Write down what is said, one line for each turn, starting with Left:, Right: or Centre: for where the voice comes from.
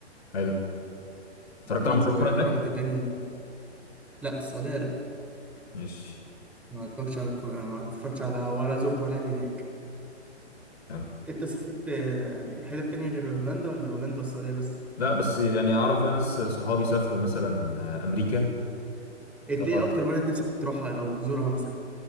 Left: حلو اتفرجت
Centre: فيه
Left: على ماتشات
Centre: ورحت
Left: كورة هناك؟
Centre: تاني لأ السعودية لأ
Left: ماشي
Centre: ما اتفرجتش على الكو- ما اتفرجتش على ولا زرت ملاعب هناك
Left: حلو
Centre: انت سافرت آه، يعني حتت تانية غير هولندا ولا هولندا والسعودية بس
Left: لا بس يعني اعرف بقى ناس صحابي سافروا مثلا آه، امريكا
Centre: انت
Left: طبعا
Centre: ايه أكتر بلد نفسك تروحها أو تزورها مثلا؟